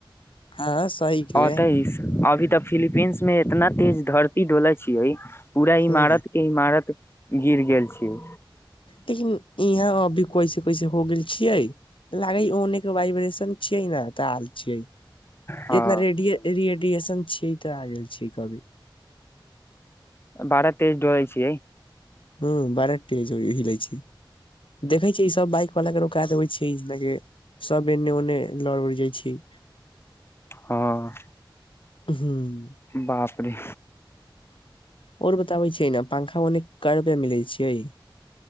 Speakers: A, on the left; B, on the left.
A: हँ सही के
B: अ तेइस अभी तऽ फिलीपीन्स में इतना तेज धरती डोलै छियै पूरा
A: हँ
B: इमारत के इमारत गिर गेल छी
A: लेकिन यहाँ अभी कैसे कैसे हो गेल छियइ लागे उने के वाइब्रेशन छय ने तऽ हाल छै
B: हँ
A: एतना रेडिय रेडियएशन छीय तऽ आ गेल छी कभी
B: बारा तेज डलै छीयइ
A: हँ बाराटे <unintelligible> हिलय छी देखै छियै ई सब बाइक वाला के रोका देबै छय के सब एने ओने लड़ उड़ जाइ छी
B: हँ
A: हूँ
B: बाप रे
A: और बताबे छियै ने पंखा ओने क रुपआ मिलैत छियइ